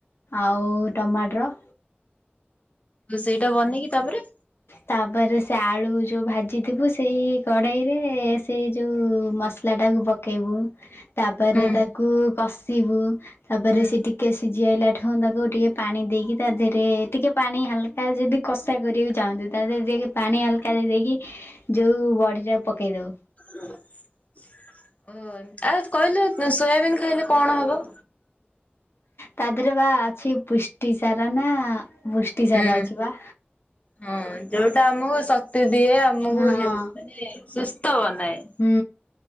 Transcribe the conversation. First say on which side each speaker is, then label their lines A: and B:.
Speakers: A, on the left (about 80°); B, on the left (about 35°).
A: ଆଉ ଟମାଟର।
B: ରୋଷେଇ ଟା ବନିକି ତାପରେ?
A: ତାପରେ ସେ ଆଳୁ ଯୋଉ ଭାଜିଥିବୁ ସେଇ କଢେଇ ରେ ସେଇ ଯୋଉ ମସ ମାସଲା ପ ପକେଇବୁ ତା ପରେ
B: ହୁଁ
A: ତାକୁ କଷିବୁ ତାପରେ
B: ହୁଁ।
A: ସେ ଟିକେ ସିଜି ଆଇଲାଠୁ ହଁ ତାକୁ ଟିକେ ପାଣି ଦେଇକି ତା ଦେହରେ ଟିକେ ପାଣି ହାଲକା ଯଦି କଷା କରି <unintelligible> ଦେଇକି ପାଣି ହାଲକା ଦେଇ ଦେଇକି ଯୋଉ ବଢିଟାକୁ ପକେଇଦଉ
B: <unintelligible> ଓ ଆଉ କହିଲେ ସୋୟାବିନ୍ ଖାଇଲେ କଣ ହବ?
A: ତା ଦେହରେ ବା ଅଛି ପୁଷ୍ଟିସର ନା ପୁଷ୍ଟି ସାର
B: ହୁଁ।
A: ଅଛି ବା।
B: ହଁ ଯୋଉଟା ଆମକୁ ଶକ୍ତି ଦିଏ ଆମକୁ
A: ହଁ
B: ହେ ମାନେ ସୁସ୍ଥ ବନାଏ।
A: ହୁଁ।